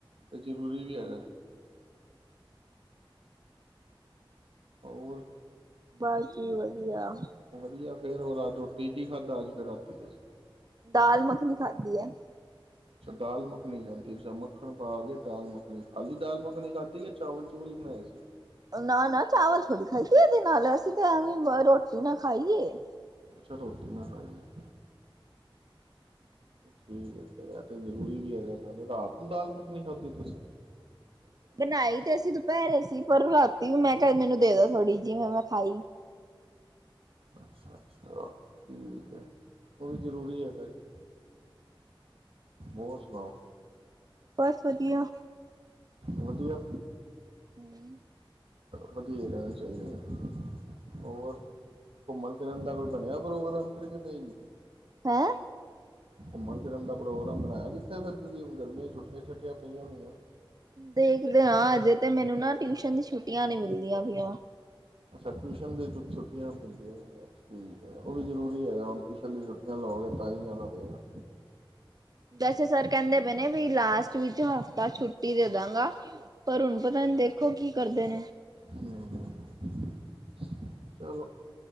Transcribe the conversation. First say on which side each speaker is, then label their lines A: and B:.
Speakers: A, on the right; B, on the right.
A: ਤੇ ਜ਼ਰੂਰੀ ਵੀ ਹੈਗਾ। ਹੋਰ
B: ਬਸ ਜੀ ਵਧੀਆ
A: ਵਧੀਆ ਫੇਰ ਉਹ ਰੋਟੀ ਕੀ ਖਾਧਾ ਅੱਜ ਫੇਰ ਰਾਤੀ ਤੁਸੀਂ
B: ਦਾਲ-ਮੱਖਣੀ ਖਾਧੀ ਹੈ।
A: ਅੱਛਾ ਦਾਲ ਮਖਣੀ ਖਾਦੀ, ਅੱਛਾ ਮੱਖਣ ਪਾ ਕੇ ਦਾਲ ਮੱਖਣੀ, ਖਾਲੀ ਦਾਲ ਮੱਖਣੀ ਖਾਦੀ ਯਾ ਚਾਵਲ ਚੂਵਲ ਵੀ ਬਣਾਏ ਸੀ।
B: ਨਾ ਨਾ ਚਾਵਲ ਥੋੜ੍ਹੀ ਖਾਈ ਇਹਦੇ ਨਾਲ, ਅਸੀਂ ਤੇ ਐਵੇਂ ਰੋਟੀ ਨਾ ਖਾਈਏ।
A: ਅੱਛਾ ਰੋਟੀ ਮ ਖਾਈਏ <inaudible> ਠੀਕ ਹੈ ਫਿਰ ਇਹ ਤੇ ਜ਼ਰੂਰੀ ਵੀ ਹੈਗਾ ਰਾਤ ਨੂੰ ਦਾਲ-ਮੱਖਣੀ ਖਾਧੀ ਤੁਸੀ
B: ਬਣਾਈ ਤੇ ਅਸੀਂ ਦੁਪਹਿਰੇ ਸੀ ਪਰ ਰਾਤੀ ਵੀ ਮੈਂ ਕਿਹਾ ਮੈਨੂੰ ਦੇਦੋ ਥੋੜ੍ਹੀ ਜਿਹੀ ਮੈਂ ਖਾਈ
A: ਅੱਛਾ-ਅੱਛਾ ਠੀਕ ਹੈ, ਉਹ ਵੀ ਜਰੂਰੀ ਹੈਗਾ ਜੀ। ਹੋਰ ਸੁਣਾਓ
B: ਬਸ ਵਧੀਆ
A: ਵਦੀਆ।
B: ਹਮ।
A: ਵਧੀਆ ਹੀ ਰਹਿਣਾ ਚਾਹੀਦਾ। ਹੋਰ ਘੁੰਮਣ ਦਿਨ ਦਾ ਕੋਈ ਬਣਿਆ ਪ੍ਰੋਗਰਾਮ ਫਿਰ ਕਿ ਨਹੀਂ
B: ਹੈਂ
A: ਘੁੰਮਣ-ਫਿਰਨ ਦਾ ਪ੍ਰੋਗਰਾਮ ਬਣਾਇਆ ਕਿੱਥੇ ਫ਼ੇਰ ਤੁਸੀਂ ਹੁੰਣ ਗਰਮੀਆਂ ਛੁਟੀਆਂ ਛੱਟੀਆਂ ਪਈਆ ਹੋਣੀਆ
B: ਦੇਖਦੇ ਹਾਂ ਅਜੇ ਤੇ ਮੈਨੂੰ ਨਾ ਟਿਊਸ਼ਨ ਦੀ ਛੁੱਟੀਆਂ ਨੀ ਮਿਲਦੀਆਂ ਪਈਆਂ।
A: ਅੱਛਾ ਟਿਊਸ਼ਨ ਦੀ ਛੁੱਟੀਆ ਮਿਲਦੀਆਂ ਨੀ ਪਈਆ। ਠੀਕ ਹੈ। ਉਹ ਵੀ ਜ਼ਰੂਰੀ ਹੈਗਾ, ਹੁਣ ਟਿਊਸ਼ਨ ਦੀ ਛੁੱਟੀਆਂ ਲਓਗੇ ਤਾਂ ਹੀ ਜਾਣਾ ਪਏਗਾ।
B: ਵੈਸੇ ਸਰ ਕਹਿੰਦੇ ਪਏ ਨੇ ਵੀ ਲਾਸਟ ਵਿੱਚ ਹਫ਼ਤਾ ਛੁੱਟੀ ਦੇਦਾਂਗਾ। ਪਰ ਹੁਣ ਪਤਾ ਦੇਖੋ ਕਿ ਕਰਦੇ ਨੇ
A: <inaudible> ਚਲੋ